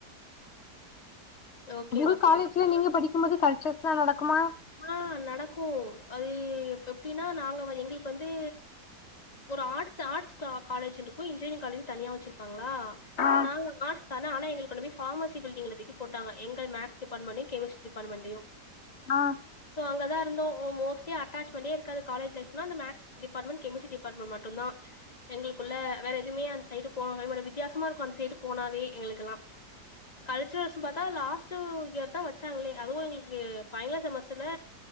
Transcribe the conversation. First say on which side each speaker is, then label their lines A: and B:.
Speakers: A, on the left; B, on the left.
A: ஓகே
B: உங்க
A: ஓகே
B: காலேஜ்ல
A: ஓகே
B: நீங்க படிக்கு போது கல்ச்சுரல்ஸ்ல்லா நடக்குமா
A: ஆ நடக்கு அது எப்டின்னா நாங்க வ எங்ளுக்கு வந்து ஒரு ஆட்ர்ஸ் ஆர்ட்ஸ் கா காலேஜ் இருக்கு இன்ஜினியரிங் காலேஜ் தனியா வச்சிருப்பாங்ளா
B: ஆ
A: நாங்க ஆர்ட்ஸ் தானா ஆனா எங்கள கொண்டு போய் பார்மசி பில்டிங்ல தூக்கி போட்டங்க எங்க மேக்ஸ் டிபார்டமெண்டயு கெமிஸ்டரி டிபார்ட்மெண்ட்டயு
B: ஆ
A: சோ அங்கதா இருந்தோ மோஸ்டி அட்டச்மெண்டெ இருக்காது காலேஜ் லைப்னா அந்த மேக்ஸ் டிபாட்மண்ட் கெமிஸ்ட்ரி டிபாட்மென்ட் மட்டுந்தா எங்ளுக்குள்ள வேற எதுவுமே அந்த சைடு போகவெ மாட்டோ ஒரு வித்தியாசமாருக்கு அந்த சைடு போனாவே எங்ளுக்குல்லா கல்ச்சுரல்ஸ்னு பாத்தா லாஸ்ட்டு இயர் தா வச்சாங்களே அதுவு எங்ளுக் கு பைனல் செமஸ்டர்ல